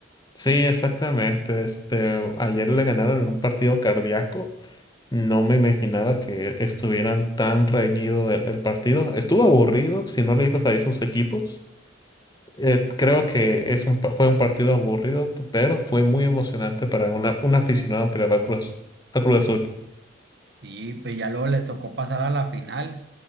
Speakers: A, on the left; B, on the right.
A: Sí, exactamente. Este, ayer le ganaron en un partido cardíaco. No me imaginaba que estuvieran tan reñido el, el partido. Estuvo aburrido si no le ibas a esos equipos. Eh,
B: Ajá.
A: creo que es un, pa- fue un partido aburrido, pero fue muy emocionante para una, un aficionado que le va a Cruz, a Cruz Azul.
B: Y pues ya luego les tocó pasar a la final